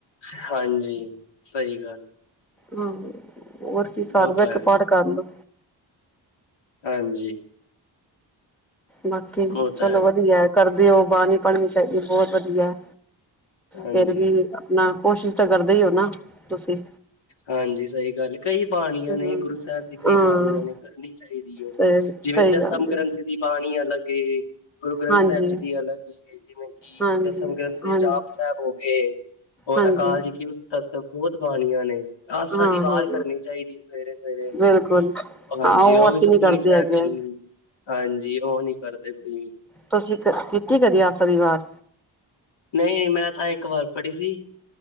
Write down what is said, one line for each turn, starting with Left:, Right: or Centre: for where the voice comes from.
Left: ਹਾਂਜੀ, ਸਹੀ ਗੱਲ।
Centre: ਹੁੰ, ਹੋਰ ਕੀ ਕਾਰ
Left: ਉਹ
Centre: ਬੈਹ
Left: ਤਾਂ
Centre: ਕੇ
Left: ਹੈ
Centre: ਪਾਠ ਕਰ ਲੋ।
Left: ਹਾਂਜੀ।
Centre: ਬਾਕੀ
Left: ਉਹ ਤਾਂ
Centre: ਚਲੋ
Left: ਹੈ
Centre: ਵਧੀਆ ਕਰਦੇ ਓ, ਬਾਣੀ ਪੜਨੀ ਚਾਹੀਦੀ ਬਹੁਤ ਵਧੀਆ।
Left: ਹਾਂਜੀ
Centre: ਫੇਰ ਵੀ ਆਪਣਾ ਕੋਸ਼ਿਸ਼ ਤਾਂ ਕਰਦੇ ਹੀ ਹੋ ਨਾ ਤੁਸੀਂ।
Left: ਹਾਂਜੀ, ਸਹੀ ਗੱਲ ਕਈ ਬਾਣੀਆਂ
Centre: ਹੂੰ।
Left: ਨੇ ਗੁਰੂ ਸਾਹਿਬ ਦੀ ਕਈ
Centre: ਹਾਂ,
Left: ਬਾਣੀਆਂ ਨੇ ਕਰਨੀ ਚਾਹੀਦੀ ਐ,
Centre: ਸਹੀ
Left: ਜਿਵੇਂ
Centre: ਸਹੀ
Left: ਦਸਮ
Centre: ਗੱਲ
Left: ਗ੍ਰੰਥ
Centre: ਏ
Left: ਦੀ ਬਾਣੀ ਅਲੱਗ ਏ ਗੁਰੂ ਗ੍ਰੰਥ
Centre: ਹਾਂਜੀ।
Left: ਸਾਹਿਬ ਜੀ ਦੀ ਅਲੱਗ ਹੀ ਐ, ਜਿਵੇਂ ਕਿ
Centre: ਹਾਂਜੀ,
Left: ਦਸਮ ਗ੍ਰੰਥ ਦੇ
Centre: ਹਾਂਜੀ,
Left: ਜਾਪ ਸਾਹਿਬ ਹੋ ਗਏ ਔਰ
Centre: ਹਾਂਜੀ,
Left: ਅਕਾਲ ਜੀ ਕੀ ਉਸਤਤ ਬਹੁਤ ਬਾਣੀਆਂ ਨੇ। ਆਸਾ
Centre: ਹਾਂ-ਹਾਂ
Left: ਦੀ ਵਾਰ ਕਰਨੀ ਚਾਹੀਦੀ ਸਵੇਰੇ-ਸਵੇਰੇ,
Centre: ਬਿਲਕੁਲ।
Left: ਹਾਂਜੀ,
Centre: ਹਾਂ,
Left: ਉਹ
Centre: ਅਸੀਂ
Left: ਵੀ ਸੁਖਮਨੀ
Centre: ਨੀ ਕਰਦੇ
Left: ਸਾਹਿਬ
Centre: ਹੈਗੇ
Left: ਹਾਂਜੀ, ਉਹ ਨੀ ਕਰਦੇ ਕੋਈ ਵੀ।
Centre: ਤੁਸੀਂ ਕਦ ਕੀਤੀ ਕਦੀ ਆਸ ਦੀ ਵਾਰ।
Left: ਨਹੀਂ, ਮੈਂ ਤਾਂ ਇੱਕ ਵਾਰ ਪੜ੍ਹੀ ਸੀ